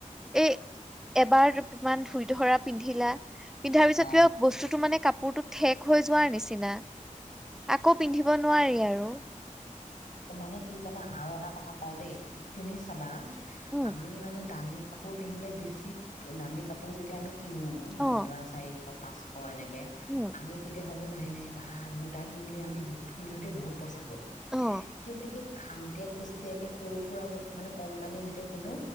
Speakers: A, in the centre; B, on the left.
A: এই এবাৰ ইমান ধুই ধৰা পিন্ধিলা পিন্ধাৰ পিছত
B: অ'।
A: কিবা বস্তুটো মানে কাপোৰটোক ঠেক হৈ যোৱাৰ নিচিনা আকৌ পিন্ধিব নোৱাৰি আৰু।
B: মানে কি জানা আৰু এটা কথা কওঁ দেই তুমি চাবা
A: উম,
B: আমি মানে দামী কাপোৰ পিন্ধিলে বেছি দামী কাপোৰ যেতিয়া আমি কিনো
A: অ',
B: মানে ধৰা চাৰিশ অ পাঁচশ এনে কে
A: উম,
B: আমি তেতিয়া ভাবোঁ নাই - নাই বা দুটা কিনিলে আমি বহুত কিনিলোঁ দেই বহুত পইচা গ'ল৷
A: অ',
B: কিন্তু সেই খান্তিয়ে খুষ্টিয়াকে সৰু সুৰা বস্তু মানে কম দামী যেতিয়া কিনো